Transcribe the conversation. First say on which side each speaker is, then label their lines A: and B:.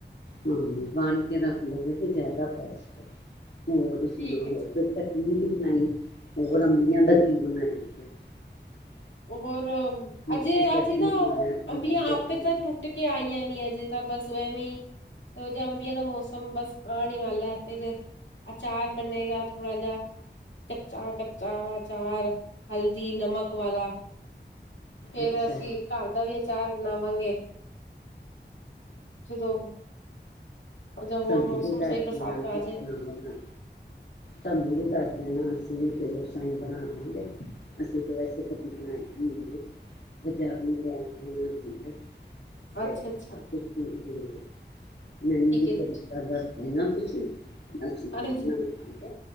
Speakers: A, on the left; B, on the left.
A: ਹਾਂ ਉਬਾਲ ਕੇ ਰੱਖ ਲਓਗੇ ਤੇ ਜ਼ਿਆਦਾ ਬੈਸਟ ਹੈ ਹੋਰ
B: ਠੀਕ
A: ਸੁਣਾਓ
B: ਹੈ
A: ਹੋਰ
B: ਜੀ ਠੀਕ
A: ਫਿਰ ਚਟਨੀ
B: ਹੈ
A: ਵੀ ਬਣਾਈ। ਹੋਰ ਅੰਬੀਆਦਾ ਕੀ ਬਣਾਇਆ। <inaudible>
B: ਹੋਰ
A: ਮਿੱਠੀ
B: ਅਜੇ
A: ਚਟਨੀ
B: ਅਜੇ ਨਾ
A: ਬਣਾਇਆ ਹਰੀ
B: ਅੰਬੀਆਂ
A: ਚਟਨੀ
B: ਆਪੇ ਤਾਂ ਟੁੱਟ ਕੇ ਆਈਆਂ ਨੀ ਅਜੇ ਬਸ ਐਵੇਂ ਇਹੋ ਜਿਹਾ ਅੰਬੀਆਂ ਦਾ ਮੌਸਮ ਬਸ ਆਉਣ ਹੀ ਵਾਲਾ ਹੈ ਫੇਰ ਅਚਾਰ ਬਣੇਗਾ ਥੋੜਾ ਜਿਹਾ ਕੱਚਾ ਕੱਚਾ ਅਚਾਰ ਹਲਦੀ ਨਮਕ ਵਾਲਾ। ਫੇਰ
A: ਅੱਛਾ
B: ਅਸੀਂ ਘਰ ਦਾ ਵੀ ਚਾਰ ਬਣਾਵਾਂਗੇ ਜਦੋਂ ਜਾਂ ਹੋਰ
A: ਸਾਨੂੰ
B: ਮੌਸਮ
A: ਵੀ ਦੱਸ
B: ਸਹੀ ਬਰਸਾਤ
A: ਦੇਣਾ
B: ਆ
A: ਕਿਸਤਰਾਂ
B: ਜਾਏ
A: ਬ ਸਾਨੂੰ ਵੀ ਦੱਸ ਦੇਣਾ ਅੱਸੀ ਫਿਰ ਉਸ ਤਰ੍ਹਾਂ ਹੀ ਬਣਾ ਲਾਂਗੇ ਅਸੀਂ ਤਾਂ ਵੈਸੇ ਕਦੀ ਬਣਾਈ ਹੀ ਹਗੇ। ਬਜ਼ਾਰੋ ਲੈਣ ਆ ਅਸੀਂ ਤੇ <unintelligible>
B: ਅੱਛਾ ਅੱਛਾ
A: <unintelligible>
B: <inaudible>
A: ਦੱਸ <unintelligible>
B: ਹਾਂਜੀ,
A: ਵੀ ਬਣਾ ਲਾਂਗੇ